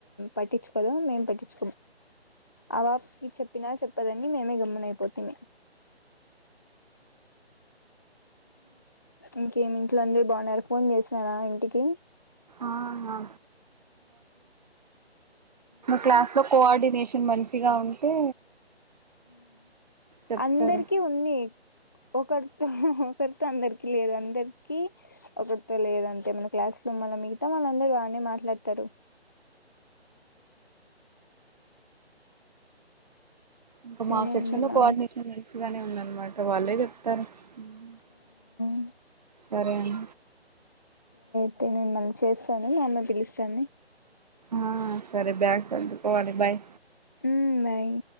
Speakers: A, on the left (about 15°); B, on the right (about 40°).
A: పట్టించుకోద మేం పట్టించుకో ఆ బాబకి చెప్పినా చెప్పదని మేమే గమ్మన అయిపోతున్నా ఇంకేమి ఇంట్లో అందరు బాగున్నారు ఫోన్ చేసినారా ఇంటికి
B: ఆ ఆ క్లాస్ లో కోఆర్డిేషన్ కొ మంచిగా ఉంటే చెప్తారు
A: అందరికిీ ఉంది ఒకరితో ఒకరితో అందరికి లేదు అందరికి ఒకరితో లేదు అంటే మన క్లాస్ రూమ్ వల్ల మిగతాళ్ళందరు వాడినే మాట్లాత తరు
B: ఇంక
A: సరే
B: మా సెక్షన్
A: అండి
B: లో
A: మా
B: కోఆర్డినేషన్ మంచిగానే ఉందనమాట వాళ్ళే చెప్ తర్ మ్
A: ఆ
B: సరే అండి.
A: మ్ మళ్ళీ చేస్తాను మా అమ్మ పిలుస్తంది.
B: ఆ సరే బ్యాగ్ సర్దుకోవాలి బాయ్
A: ఉమ్, బాయ్